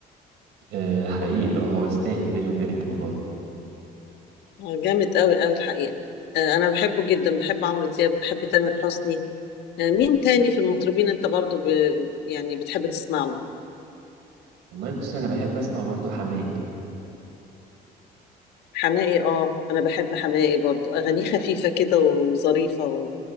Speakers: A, on the right (about 85°); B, on the left (about 80°).
A: آه حقيقي اه هو يستاهل بيني وبينك والله
B: هو جامد قوي قوي الحقيقة آه، أنا بحبه جدا بحب عمرو دياب بحب تامر حسني آه، مين تاني في المطربين أنت برضو ب... يعني بتحب تسمع له
A: والله بصي انا بحب اسمع برضو حماقي
B: حماقي آه أنا بحب حماقي برضو أغانيه خفيفة كده وظريفة و...